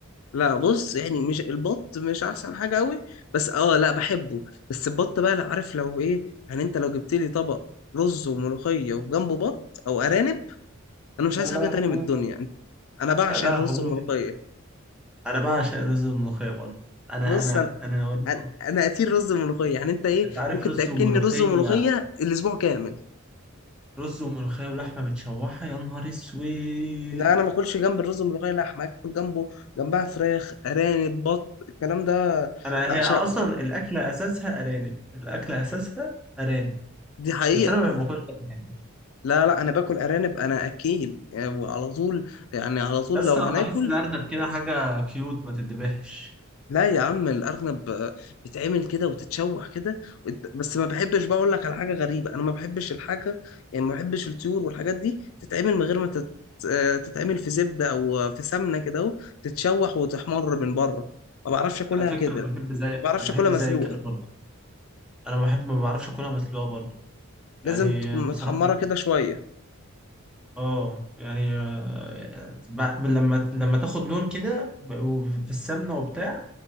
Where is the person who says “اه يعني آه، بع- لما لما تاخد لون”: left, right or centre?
Centre